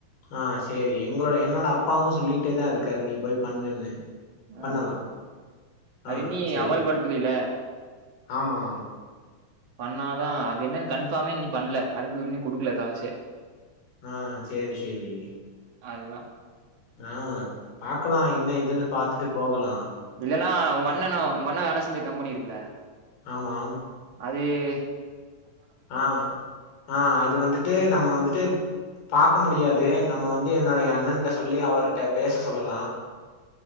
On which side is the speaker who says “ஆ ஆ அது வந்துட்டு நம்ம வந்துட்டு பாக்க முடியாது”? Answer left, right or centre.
Left